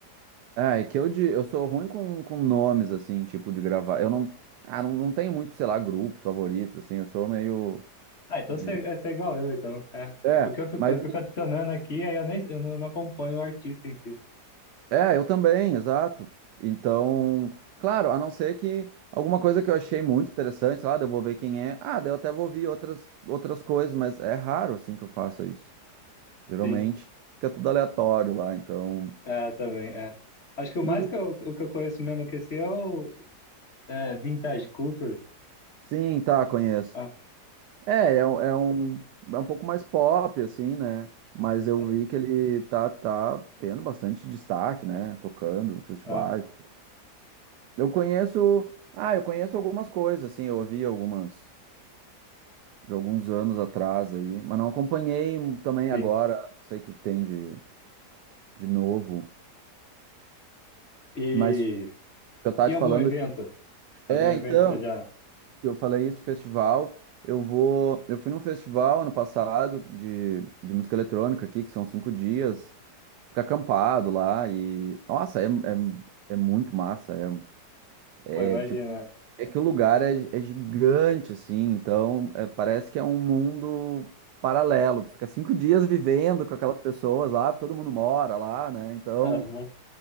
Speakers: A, on the right (about 80°); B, on the left (about 40°).
A: ah, é que eu, de, eu sou ruim com, com nomes, assim, tipo, de gravar. Eu não, ah, não, não tenho muito, sei lá, grupos favoritos, assim, eu sou meio
B: Ah, então
A: de...
B: você é você é igual eu, então. É.
A: É,
B: Porque eu fico,
A: mas,
B: eu fico adicionando aqui, aí eu nem eu não, não acompanho o artista em si.
A: é, eu também, exato. Então, claro, a não ser que alguma coisa que eu achei muito interessante, sei lá, daí eu vou ver quem é. Ah, daí eu até vou ouvir outras, outras coisas, mas é raro, assim, que eu faça isso. Geralmente
B: Sim,
A: fica tudo aleatório lá, então...
B: é, também, é. Acho que o
A: dos-
B: mais que eu, o que eu conheço mesmo que esse é o. É, Vintage Culture?
A: Sim, tá, conheço.
B: Ah,
A: É, é um, é um, é um pouco mais pop, assim, né? Mas eu
B: acho-
A: vi que ele tá, tá tendo bastante destaque, né? Tocando em festivais.
B: ah,
A: Eu conheço. Ah, eu conheço algumas coisas, assim, eu ouvi algumas de alguns anos atrás aí, mas não acompanhei também agora,
B: sim.
A: não sei o que que tem de, de novo.
B: E
A: Mas eu tava
B: em
A: te
B: algum
A: falando.
B: evento?
A: É,
B: Algum evento
A: então,
B: você já
A: que eu falei isso, festival. Eu vou. Eu fui num festival ano passado de, de música eletrônica aqui, que são cinco dias. ficar acampado lá e. Nossa, é, é, é muito massa. É,
B: foi,
A: é
B: imagina.
A: tipo. É que o lugar é, é gigante, assim, então é, parece que é um mundo paralelo. Tu fica cinco dias vivendo com aquelas pessoas lá, todo mundo mora lá, né? Então,
B: Aham.